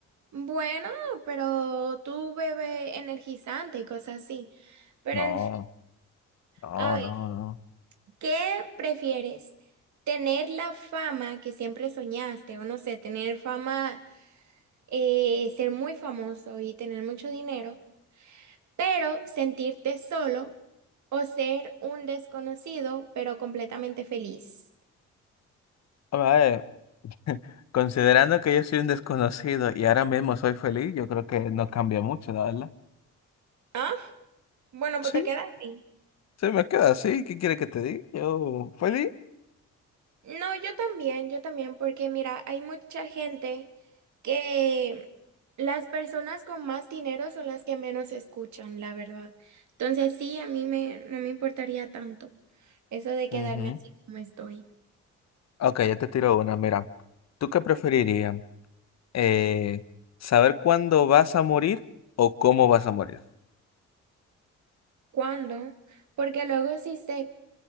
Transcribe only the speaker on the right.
Bueno, pero tú bebes energizante y cosas así. Pero
en fin,
a ver.
¿Qué prefieres? ¿Tener la fama que siempre soñaste o no sé, tener fama, eh, ser muy famoso y tener mucho dinero, pero sentirte solo o ser un desconocido pero completamente feliz?
Ah, bueno,
pues te quedas así.
No, yo también, yo también, porque mira, hay mucha gente que las personas con más dinero son las que menos escuchan, la verdad. Entonces sí, a mí me, no me importaría tanto eso de quedarme
así como estoy.
¿Cuándo? Porque luego sí se